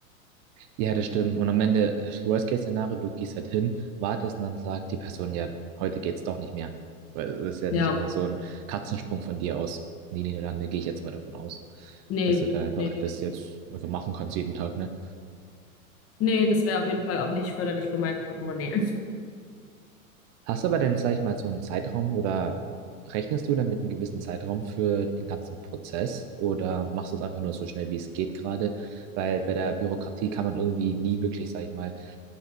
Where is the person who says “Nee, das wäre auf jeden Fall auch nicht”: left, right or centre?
Left